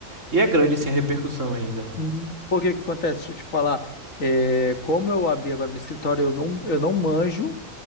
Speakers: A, on the right; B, on the left.
A: e é grande, assim, a repercussão ainda.
B: Hum, Por que que acontece? Deixa eu te falar. É, como eu abri agora meu escritório, eu não, eu não manjo